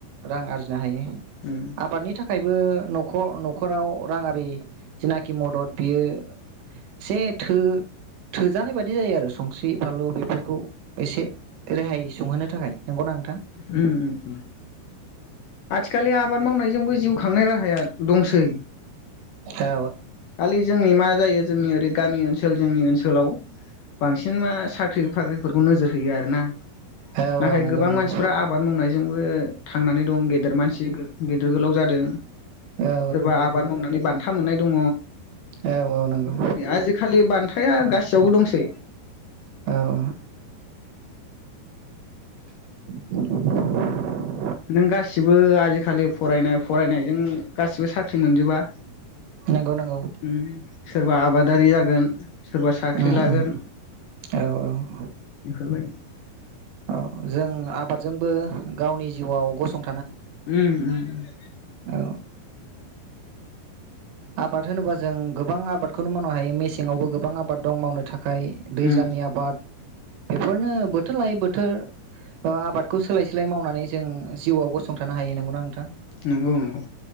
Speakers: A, on the right; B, on the left.
A: रां आरजिनो हायो।
B: उम
A: आबादनि थाखाय बो न'खर न'खराव रांङा जेनाखि मदद बियो एसे थो थोजानाय बायदि जायो आरो संख्रि फानलु बेफोरखौ एसे रेहाय सुंहोनो थाखाय नंगौना। नोंथां
B: उम उम उम आथिखालनि आबाद मावनायजोंबो जिउ खांनाय राहाया दंसै।
A: औ
B: खालि जोंनि मा जायो जोंनि ओरै गामि ओनसोल जोंनि ओनसोलाव बांसिन मा साख्रि बाख्रिफोरखौ नोजोर होयो आरोना
A: औ
B: नाथाय
A: औ नंगौ
B: गोबां
A: नंगौ
B: मानसिफ्रा आबाद मावनायजोंबो थांनानै दं गेदेर मानसि गोलाव जादों।
A: औ
B: सोरबा आबाद मावनानै बान्था मोननाय दङ।
A: औ औ नंगौ
B: बेफोरबायदि आजिखालि बान्थाया गासियावबो दंसै।
A: औ औ <unintelligible>
B: नों गासिबो आजिखालि फरायनाय फरायनायजों गासिबो साख्रि मोनजोबा
A: नंगौ नंगौ
B: उम सोर बा आबादारि जागोन सोरबा साख्रि
A: उम
B: लागोन
A: उम औ औ
B: बेफोरबायदि
A: औ जों आबादजोंबो गावनि जिउआव गसं
B: उम उम <inaudible>
A: औ आबाद होनोबा जों गोबां आबादखौनो मावनो हायो मेसेंआवबो गोबां आबाद दं मावनो थाखाय खाय दैज्लांनि
B: उम
A: आबाद बेफोरनो बोथोर लायै बोथोर आबादखौ सोलाय सोलाय मावनानै जों जिउआव गसंथानो हायो नंगौना नोंथां।
B: नंगौ नंगौ।